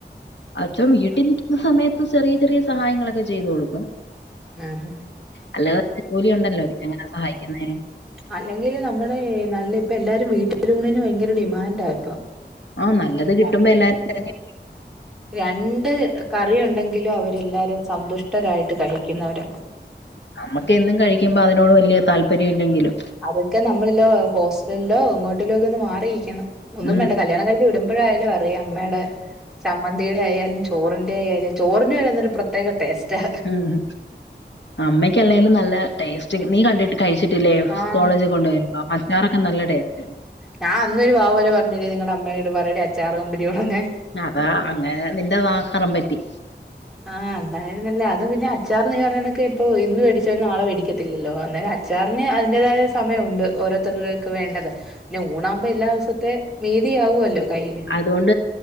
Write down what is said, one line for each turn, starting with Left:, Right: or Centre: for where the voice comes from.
Left: അച്ഛൻ വീട്ടി നിക്കുന്ന സമയത്ത് ചെറിയ ചെറിയ സഹായങ്ങളൊക്കെ ചെയ്ത് കൊടുക്കും
Centre: ആഹ്
Left: അല്ലാതെ ജോലി ഉണ്ടല്ലോ പിന്നെ എങ്ങനെ സഹായിക്കുന്നേ
Centre: അല്ലെങ്കിൽ നമ്മുടെ ഏഹ് നല്ല പ്പ എല്ലാരും വീട്ടിലൂണിന് ഭയങ്കര ഡിമാൻഡ് ഇപ്പൊ
Left: ആഹ് നല്ലത് കിട്ടുമ്പോ എല്ലാരും തെരഞ്ഞ്
Centre: രണ്ട് കറി ഉണ്ടെങ്കിലും അവരെല്ലാരും സന്തുഷ്ടരായിട്ട് കഴിക്കുന്നവരാ
Left: നമ്മക്ക് എന്നും കഴിക്കുമ്പോ അതിനോട് വലിയ താല്പര്യം ഇല്ലെങ്കിലും
Centre: അതൊക്കെ നമ്മളല്ലോ ഹോസ്റ്റലിലോ എങ്ങോട്ടോലോ ഒക്കെ ഒന്ന് മാറിയിരിക്കണം. ഒന്നും
Left: ഉം,
Centre: വേണ്ട കല്യാണം കഴിച് വിടുമ്പോഴായാലും അറിയാം അമ്മേടെ ചമ്മന്തിയുടെ ആയാലും ചോറിന്റെ ആയാലും ചോറിന് വരെ എന്തൊരു പ്രത്യേ. പ്രത്യേക ടേസ്റ്റാ
Left: ഉം അമ്മക്ക് അല്ലെലും നല്ല ടേസ്റ്റ് നീ കണ്ടിട്ട് കഴിച്ചിട്ടില്ലേ
Centre: ആഹ്
Left: കോളേജ് കൊണ്ട വരുമൊ അച്ചാറൊക്കെ നല്ല ടേസ്റ്റ്
Centre: ഞാൻ അന്ന് ഒരു ആവു പോലെ പറഞ്ഞില്ലേ നിങ്ങളടെ അമ്മയോട് പറയേ അച്ചാറ് കമ്പനി തുടങ്ങാൻ
Left: അതാ അങ്ങനെ നിന്റെ നാക്ക് അറൻ പറ്റി
Centre: ആ എന്തായാല് നല്ല അത് പിന്നെ അച്ചാർ നീ പറഞ്ഞ കണക്കെ ഇപ്പൊ ഇന്ന് മേിച്ചവര് നാളെ മേടിക്കത്തില്ലോ അന്ന അച്ചാറിന് അതിന്റേതായ സമയമുണ്ട് ഓരോത്തര്ക്ക് ഒക്കെ വേണ്ടത് പിന്നെ ഊണാകുമ്പോ എല്ലാ ദിവസത്തെ നീതി ആവു അല്ലോ കയ്യില്
Left: അതുകൊണ്ട്